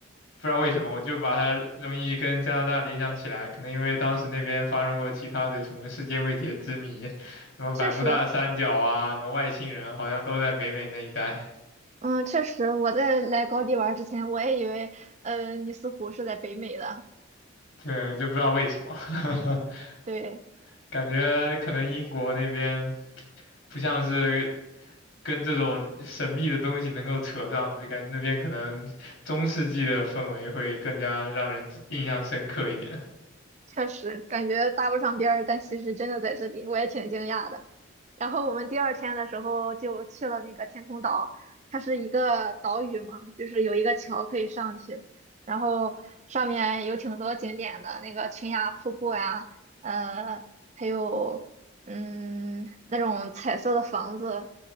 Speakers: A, on the left (about 85°); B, on the right (about 35°).
A: 不知道为什么，我就把它容易跟加拿大联想起来，可能因为当时那边发生过其他的什么世界未解之谜，<laughs> 什么百慕大三角啊，
B: 确实，
A: 什么外星人，好像都在北美那一带。
B: 嗯，确实，我在来高地玩之前，我也以为呃尼斯湖是在北美的。
A: <laughs> 对，就不知道为什么，<laughs>
B: 对，
A: 感觉可能英国那边不像是跟这种神秘的东西能够扯上，就感觉那边可能中世纪的氛围会更加让人印象深刻一点
B: 确实感觉搭不上边儿，但其实真的在这里，我也挺惊讶的。然后我们第二天的时候就去了那个天空岛，它是一个岛屿嘛，就是有一个桥可以上去，然后上面有挺多景点的，那个群崖瀑布呀，呃，还有嗯那种彩色的房子，